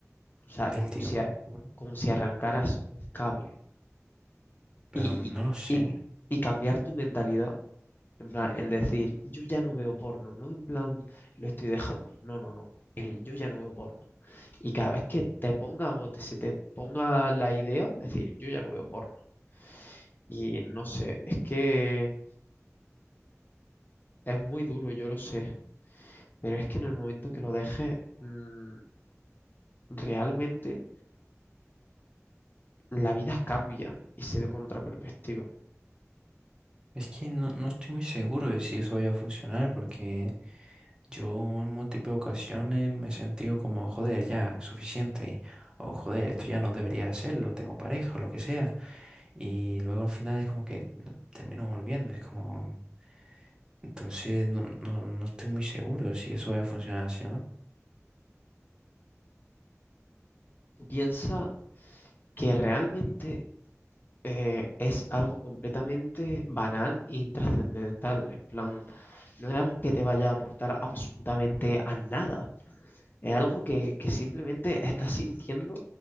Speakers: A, on the left; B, on the right.
A: O sea,
B: Del
A: como
B: tirón.
A: si, a-
B: Bueno,
A: como si arrancaras un cable
B: Pero
A: y,
B: no lo sé.
A: y, y- y cambiar tu mentalidad. En plan, el decir, yo ya no veo porno, no en plan, lo estoy dejando. No, no, no. El yo ya no veo porno. Y cada vez que te ponga o te- se te ponga la idea, decir, yo ya no veo porno. Y no sé, es que es muy duro, yo lo sé. Pero es que en el momento que lo dejes, mm, realmente la vida cambia y se ve con otra perspectiva.
B: Es que no, no estoy muy seguro de si eso vaya a funcionar porque yo en múltiples ocasiones me he sentido como, joder, ya, suficiente. O joder, esto ya no debería hacerlo, tengo pareja o lo que sea. Y luego al final es como que no- termino volviendo, es como... Entonces no, no, no estoy muy seguro si eso va a funcionar así, ¿no?
A: Tú piensa que realmente eh, es algo completamente banal e intrascendental. En plan, no es algo que te vaya a aportar absolutamente a nada. Es algo que, que simplemente estás sintiendo